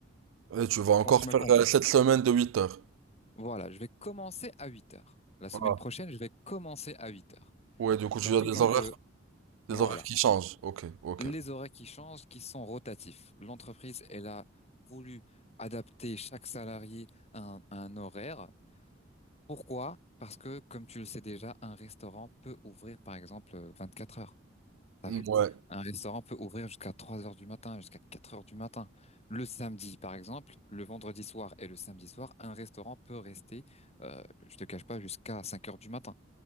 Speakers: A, on the right; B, on the left.
A: Et tu vas encore
B: Je pense que tu m'as
A: faire
B: compris.
A: euh, cette semaine de 8 heures.
B: Voilà, je vais commencer à 8 heures. La semaine
A: Ah.
B: prochaine, je vais commencer à 8 heures.
A: Ouais, du coup, tu
B: T'as vu?
A: as des
B: Donc,
A: horaires?
B: euh,
A: Les
B: voilà.
A: horaires qui changent, ok, ok.
B: les horaires qui changent, qui sont rotatifs. L'entreprise, elle a voulu adapter chaque salarié à un, à un horaire. Pourquoi? Parce que, comme tu le sais déjà, un restaurant peut ouvrir, par exemple, euh, quatre heures. T'as
A: Ouais.
B: vu? Un restaurant peut ouvrir jusqu'à 3 heures du matin, jusqu'à 4 heures du matin. Le samedi, par exemple, le vendredi soir et le samedi soir, un restaurant peut rester, euh, je te cache pas, jusqu'à 5 heures du matin.